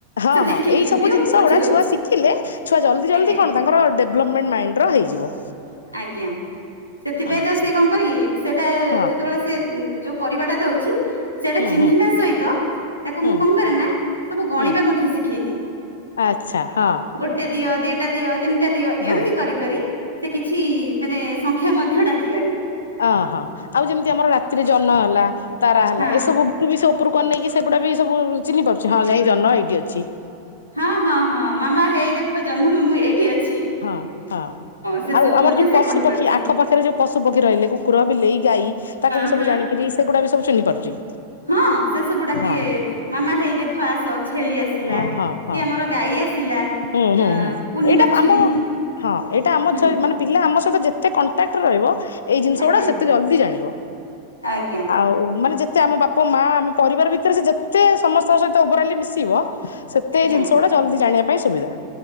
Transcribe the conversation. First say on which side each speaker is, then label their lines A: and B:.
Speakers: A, on the left; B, on the left.
A: ହଁ
B: ସେ ଦେଖିକି
A: ହଁ ଏଇ ସବୁ
B: ଦିଅ
A: ଜିନିଷ
B: ମୁଁ ପୋଛି
A: ଗୁଡା
B: ଦଉଛି
A: ଛୁଆ ଶିଖିଲେ ଛୁଆ ଜଲଦି ଜଲଦି
B: ଆଜ୍ଞା
A: କଣ ତାଙ୍କର ଡେବ୍ ଲପ୍ ମାଇନ୍ ମାଇଣ୍ଡ୍ ର ହେଇଯିବ।
B: ଆଜ୍ଞା। ସେଥିପାଇଁ
A: ଆଚ୍ଛା
B: ତ ସେ କଣ କହିକି ସେଟା
A: ହଁ
B: ଯେତେବେଳେ ସେ ମ୍ ଯୋଉ ପରିବାଟା ଦଉଛି ସେଟା
A: ହୁଁ
B: ଚିହ୍ନିବା
A: ହୁଁ
B: ସହିତ ତାକୁ
A: ହୁଁ
B: ମୁଁ କଣ କରେ ନା ସବୁ ଗଣିବା
A: ହୁଁ
B: ମଧ୍ୟ ଶିଖେଇ ଦିଏ।
A: ଆଚ୍ଛା ହଁ।
B: ଟେ ଦିଅ ଦିଟା ଦିଅ ତିନିଟା ଦିଅ
A: ହଁ
B: ଏମିତି
A: ହଁ
B: କରି କରି ସେ କିଛି ମାନେ ସଂଖ୍ୟା ମଧ୍ୟ ଡାକିଲାଣି।
A: ଅହଁ ଆଉ ଯେମିତି ଆମର ରାତିରେ ଜହ୍ନ ହେଲା ତାରା ହେଲା
B: ହଁ
A: ଏସବୁ ବି ସେ ଉପରକୁ ଅନେଇକି ସେଗୁଡା ବି ସବୁ ଚିନ୍ହି ପାରୁଛିଁ ହ ଯାଇ ଜନ ଏଇି ଟି ଅଛି।
B: ହଁ ହଁ ହଁ, ମାମା ହେଇ ଦେଖ ଜହ୍ନ ମାମୁଁ ଏଇଠି ଅଛି।
A: ହଁ ହଁ।
B: ସେ
A: ଆଉ
B: ସବୁ
A: ଆମର
B: ମଧ୍ୟ
A: ଯୋଉ
B: ସେ
A: ପଶୁ
B: କହିପାରୁଛି
A: ପକ୍ଷୀ ଆଖ ପାଖରେ ଯୋଉ ପଶୁ ପକ୍ଷୀ ରହିଲେ କୁକୁର, ବିଲେଇ, ଗାଈ ତାକୁ
B: ହଁ
A: ବି ସବୁ
B: ହଁ।
A: ଜାଣିକିରି ସେଗୁଡ଼ା ବି ସବୁ୍ ଚିନ୍ହି ପାରୁଛି।
B: ହଁ ସେ ସବୁଡାକିବେ
A: ହଁ
B: ମାମା ହେଇ ଦେଖ ଆସ ଛେଳି ଆସ ଥିଲା
A: ହଁ
B: କି
A: ହଁ ହଁ।
B: ଆମର ଗାଈ ଆସିଲା
A: ହୁଁ ହୁଁ
B: ଅ
A: ହୁଁ,
B: କୁନି
A: ଏଇଟା
B: ବାଛୁଲି
A: ଆମ ହଁ ଏଇଟା ଆମ
B: ହୁଁ
A: ଚୈ ନେ ପିଲା ଆମ ସହିତ ଯେତେ କଣ୍ଟାକ୍ଟ ରେ ରହିବ ଏଇ ଜିନିଷ
B: ଆଜ୍ଞା।
A: ଗୁଡା ସେତେ ଜଲ୍ଦି ଜାଣିବ।
B: ଆଜ୍ଞା
A: ଆଉ ମାନେ ଯେତ୍ କିନ୍ତୁ ଆମ ବାପା ମା ଆମ ପରିବାର ଭିତରେ ସେ ଯେତେ ସମସ୍ତଙ୍କ ସହିତ ଓଭରାଲି ମିଶିବ ସେତେ
B: ଆଜ୍ଞା
A: ଜିନିଷ ଗୁଡା ଜଲ୍ଦି ଜାଣିବା ପାଇଁ ସୁବିଧା।